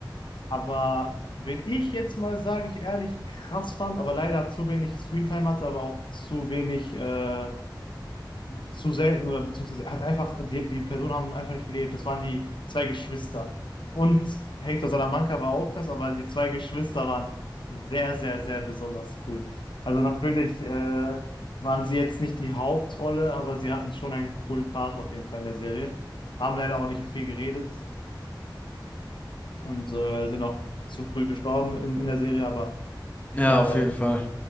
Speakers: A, on the left; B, on the left.
A: Aber wenn ich jetzt mal, sage ich ehrlich, krass fand, aber leider zu wenig Screentime hatte, aber auch zu wenig, äh, zu selten oder beziehungsweise er hat einfach, die, die Personen haben einfach nicht gelebt. Das waren die zwei Geschwister. Und Hector Salamanca war auch krass, aber die zwei Geschwister waren sehr, sehr, sehr besonders cool. Also natürlich, äh, waren sie jetzt nicht die Hauptrolle, aber sie hatten schon einen coolen Part auf jeden Fall in der Serie. Haben leider auch nicht viel geredet und äh, sind auch zu früh gestorben in, in der Serie, aber
B: Ja,
A: äh,
B: auf jeden Fall.